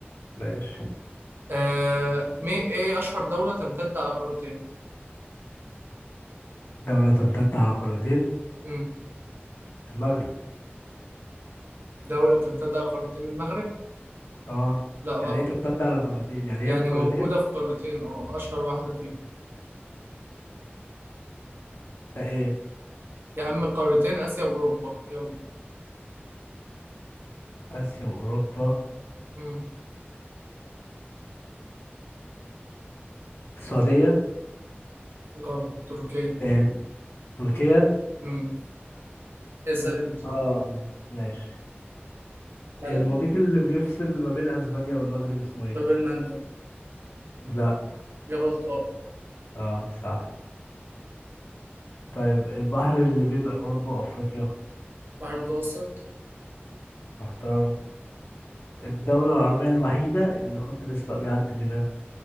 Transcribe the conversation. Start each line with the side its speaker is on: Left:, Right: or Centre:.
Left: ماشي
Right: آه مي ايه أشهر دولة تمتد على قارتين
Left: دولة تمتد على قارتين
Right: مم.
Left: المغرب
Right: دولة بتمتد على قارتين المغرب
Left: اه
Right: لا غلط
Left: يعني ايه تمتد على قارتين يعني
Right: يعني
Left: هي في قارتين
Right: موجودة في قارتين اه أشهر واحدة فيهم
Left: ده ايه
Right: يا عم قارتين آسيا وأوروبا يلا
Left: اسيا واوروبا
Right: مم.
Left: السعودية
Right: غلط تركيا
Left: ايه تركيا
Right: مم. اسأل
Left: تر...
Right: أنت
Left: اه ماشي
Right: بعدين
Left: المضيق اللي بيفصل ما بين اسبانيا والمغرب اسمه ايه
Right: باب المندب
Left: لا
Right: جبل طارق
Left: اه صح طيب البحر اللي بين اوروبا وافريقيا
Right: بحر المتوسط
Left: محترم الدولة العربية الوحيدة اللي خط الاسواق بيعدي منها